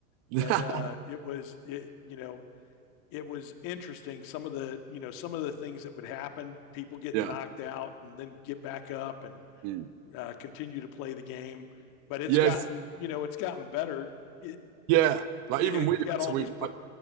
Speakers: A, on the right; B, on the left.
A: <laughs>
B: But uh, it was, it, you know, it was interesting some of the you know some of the things that would happen people getting
A: Yeah.
B: knocked out and then get back up and
A: Mm.
B: uh, continue to play the game but it's
A: Yes.
B: gotten you know it's gotten better it,
A: Yeah, like
B: you
A: even
B: know you've
A: we,
B: got
A: so
B: all
A: we
B: these pro-
A: like,